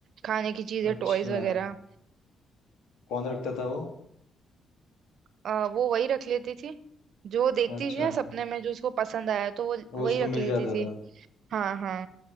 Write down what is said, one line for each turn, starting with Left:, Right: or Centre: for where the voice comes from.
Right: खाने की चीजें
Left: अच्छा
Right: टॉयज वगैरह
Left: कौन रखता था वो
Right: अ, वो वही रख लेती थी जो देखती
Left: अच्छा
Right: थी ना सपने में जो उसको पसंद आया तो वो
Left: वो
Right: वही
Left: उसको
Right: रख
Left: मिल
Right: लेती
Left: जाता
Right: थी
Left: था
Right: हाँ हाँ